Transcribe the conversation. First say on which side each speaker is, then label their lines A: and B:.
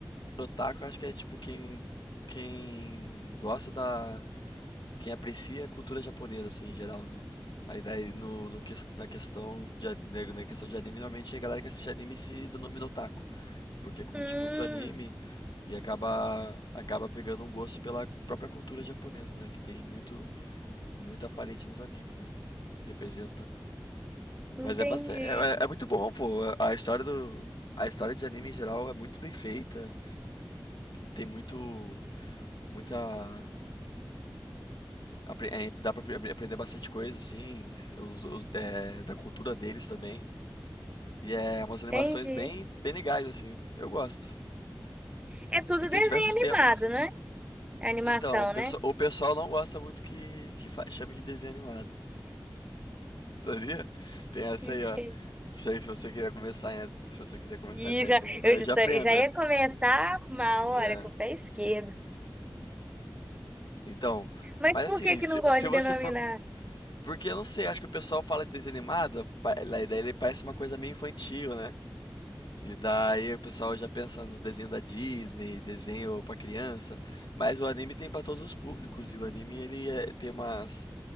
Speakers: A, on the left; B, on the right.
A: Otaku eu acho que é tipo quem. Quem gosta da. Quem aprecia a cultura japonesa, assim, em geral, né? Aí daí no, no ques- na questão de, a- na na questão de anime, normalmente a galera que assiste anime se denomina otaku. porque curte
B: Hum,
A: muito anime e acaba acaba pegando um gosto pela própria cultura japonesa, né? Que tem muito muito aparente nos animes, né? Representa.
B: entendi,
A: Mas é bastante, é, é é muito bom, pô. A história do a história de anime em geral é muito bem feita. Tem muito muita apre- é, dá pra apre- aprender bastante coisa assim, os- os- é, da cultura deles também. E é umas animações
B: entendi.
A: bem bem legais assim. Eu gosto.
B: É tudo
A: E tem
B: desenho
A: diversos
B: animado,
A: temas.
B: né? É Animação,
A: Então, o pesso-
B: né?
A: o pessoal não gosta muito que, que fa- chame de desenho animado, <laughs> sabia? Tem essa
B: Entendi.
A: aí, ó. Se se você quiser começar, em- se você quiser começar
B: E
A: a entrar
B: já,
A: nesse mundo,
B: eu
A: aí
B: já,
A: já
B: sa-
A: aprenda.
B: já ia começar uma hora
A: É,
B: com o pé esquerdo.
A: então,
B: Mas
A: mas
B: por
A: assim,
B: que que
A: se,
B: não gosta
A: se
B: de
A: você
B: denominar?
A: for, porque eu não sei, acho que o pessoal fala de desenho animado, pa- lá- daí ele parece uma coisa meio infantil, né? E daí o pessoal já pensa nos desenhos da Disney, desenho pra criança, mas o anime tem pra todos os públicos e o anime ele é- tem umas